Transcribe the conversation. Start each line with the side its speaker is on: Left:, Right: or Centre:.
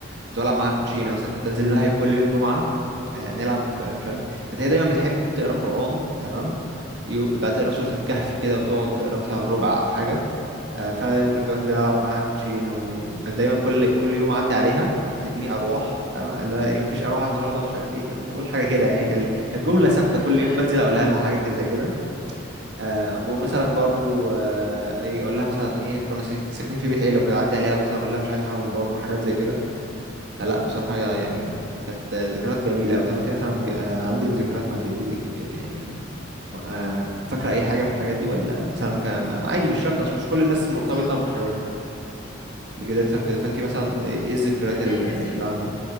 Right: كنت بلعب معاها كوتشينة مثلا كنت أنزل
Left: الله
Right: لها
Left: يرحمه
Right: كل يوم جمعة آه، نلعب آه، مش عارف كانت هي دايما بتحب تقرا قرآن تمام يو- بقى تقرا سورة الكهف كده وتقعد تقرا مثلا ربع أو حاجة آه، فأنا دايما كنت بنزل ألعب معاها كوتشينة وكانت دايما كل كل يوم أعدي عليها تديني أرواح فاهمة اللي هو إيه مفيش أرواح النهاردة مش عارف إيه كانت بقول حاجة كده يعني كان- كانت جملة ثابتة
Left: ايوه
Right: كل يوم
Left: ايوه
Right: بنزل أقولها لها حاجة كده زي كده آه ومثلا برضو آه ايه اقول لها مثلا ايه كنا ساك- ساكنين في بيت عيله وكده عدي عليها مثلا اقول لها مش عايزه حاجه من بره حاجات زي كده فلا بصراحه يا- يعني كانت ذكريات جميله قوي طب انت مثلا ج- آه عندك ذكريات مع جدتك يعني م- آه فاكره اي حاجه من الحاجات دي ولا مثلا ما كان ما- عادي مش شرط اصل مش كل الناس مرتبطه
Left: عندي اه
Right: ب-
Left: لا عندي
Right: بجدتها وكده فانت مثلا ايه إيه الذكريات
Left: فاهماك
Right: ال-
Left: اكيد
Right: اللي عندك